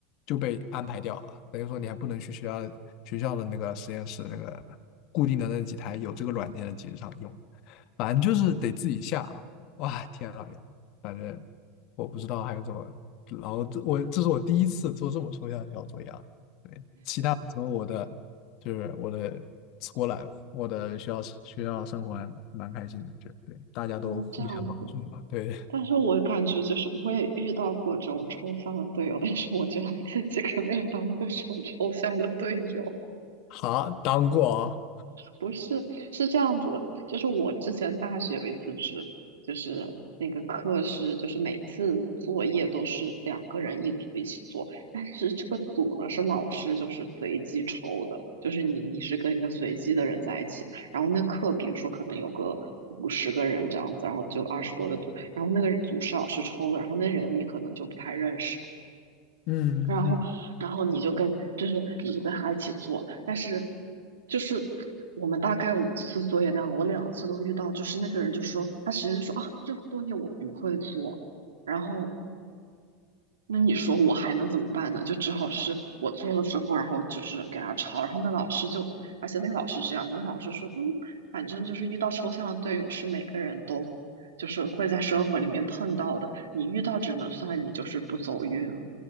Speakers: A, on the left; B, on the right.
A: 就被安排掉了。等于说你还不能去学校学校的那个实验室那个固定的那几台有这个软件的机子上用，反正就是得自己下。哇，天啊，反正我不知道还有怎么，然后这我这是我第一次做这么抽象的小作业啊。对然后我的就是我的 school life，我的学校学校生活还蛮开心的，就对，大家都互相帮助嘛，
B: 哦，这样子。
A: 对，
B: 但是我感觉就是我也遇到过这种抽象的队友，但是我觉得自己肯定也当过这种抽象的队友。
A: 好，当过啊
B: 不是，是这样子的，就是我之前大学有一次是，就是那个课是，就是每次作业都是两个人一组一起做，但是这个组呢是老师就是随机抽的，就是你你是跟一个随机的人在一起，然后那课比如说可能有个五十个人这样子，然后就二十多个组，然后那个组是老师抽的，然后那人你可能就不太认识，
A: 嗯嗯，
B: 然后，然后你就跟，就是你就跟他一起做，但是，就是我们大概五次作业那样，我两次都遇到，就是那个人就说，他直接就说啊，这个作业我不会做，然后那你说我还能怎么办呢？就只好是我做了之后，然后就是给他抄，然后那老师就，而且那个老师是这样的，那老师说，嗯，反正就是遇到抽象的队友是每个人都，就是会在生活里面碰到的，你遇到只能算你就是不走运了。